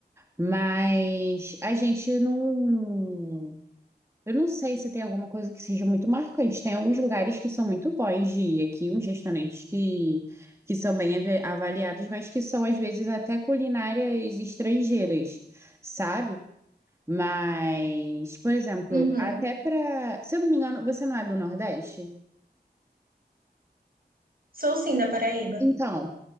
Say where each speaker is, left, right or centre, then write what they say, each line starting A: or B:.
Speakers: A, on the right; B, on the right.
A: mas a gente não, eu não sei se tem alguma coisa que seja muito marcante. Tem alguns lugares que são muito bons de ir aqui, uns restaurantes que, que são bem ave- avaliados, mas que são às vezes até culinárias estrangeiras, sabe? Mas, por exemplo,
B: Uhum.
A: até para, se eu não me engano, você não é do Nordeste?
B: Sou sim da Paraíba.
A: Então,